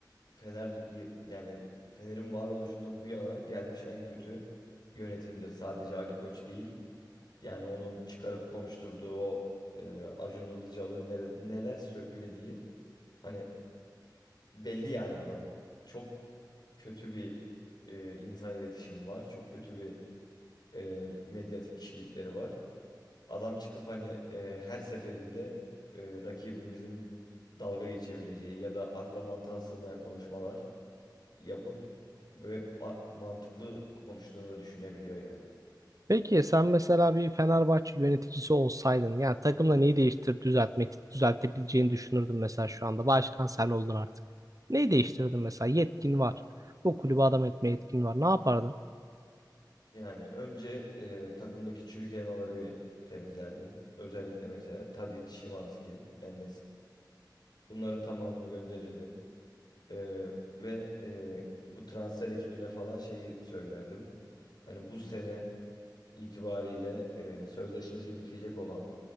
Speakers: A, on the left (about 65°); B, on the right (about 50°).
A: Fener y- yani Fener'in varoluşundan bu yana gelmiş en kötü yönetimdir. Sadece Ali Koç değil. Yani onun çıkarıp konuşturduğu o e, Acun Ilıcalı ne- neler söylediği hani belli yani adamın. Çok kötü bir e, insan iletişimi var. Çok kötü bir e, medyatik kişilikleri var. Adam çıkıp hani e, her seferinde e, rakibimizin dalga geçebileceği ya da akla mantığa sığmayan konuşmalar yapıp ve a- mantıklı konuştuğunu da düşünebiliyor yani.
B: Peki sen mesela bir Fenerbahçe yöneticisi olsaydın yani takımla neyi değiştirip düzeltmek düzeltebileceğini düşünürdün mesela şu anda. Başkan sen oldun artık. Neyi değiştirdin mesela? Yetkin var. Bu kulübü adam etme yetkin var. Ne yapardın?
A: Yani önce e, takımdaki çürük elmaları bir temizlerdim. Özellikle mesela Tadic, Szymański, en Bunların tamamını gönderirdim. Ee, ve e, bu transfer ekibine falan şeyi söylerdim. Hani bu sene itibariyle e, sözleşmesi bitecek olan,